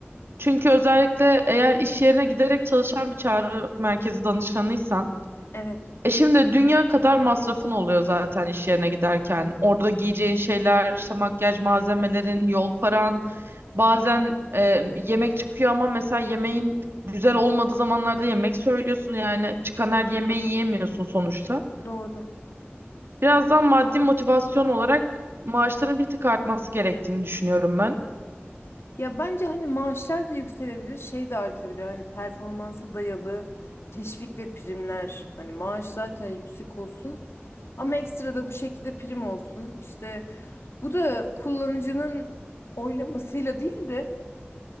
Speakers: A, on the right; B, on the left.
A: Çünkü özellikle eğer iş yerine giderek çalışan bir çağrı merkezi danışanıysan
B: Evet,
A: e şimdi dünya kadar masrafın oluyor zaten iş yerine giderken. Orada giyeceğin şeyler, işte makyaj malzemelerin, yol paran. Bazen e, yemek çıkıyor ama mesela yemeğin güzel olmadığı zamanlarda yemek söylüyorsun. Yani çıkan her
B: doğru.
A: yemeği yiyemiyorsun sonuçta.
B: Doğru.
A: Birazdan maddi motivasyon olarak maaşların bir tık artması gerektiğini düşünüyorum ben.
B: Ya bence hani maaşlar da yükselebilir, şey de artabilir. Hani performansa dayalı teşvik ve primler. Hani maaş zaten yüksek olsun ama ekstra da bu şekilde prim olsun. İşte bu da kullanıcının oylamasıyla değil de